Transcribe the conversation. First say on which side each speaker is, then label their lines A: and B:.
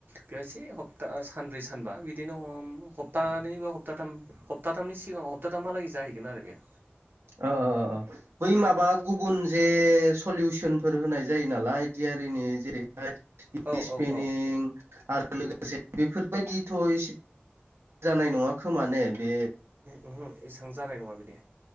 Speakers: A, on the right; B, on the right.
A: बेयाव इसे हब ता सानब्रै सानबा। सानबा बिदिनो हम हप्तानै बा हप्ताथाम हप्ताथामनि सिगां हप्ताथामहालागै जाहैगोन आरो बेयो।
B: अ अ अ अ। बै माबा गुबुन जे सलिउसनफोर होनाय जायो नालाय डियारिनि जेरैहाय।
A: औ
B: स्पेनिं
A: औ औ
B: आरो लोगोसे बेफोरबायदिथ' इसे। जानाय नङा खोमा ने बे
A: ओहो एसेबां जानाय नङा बिदि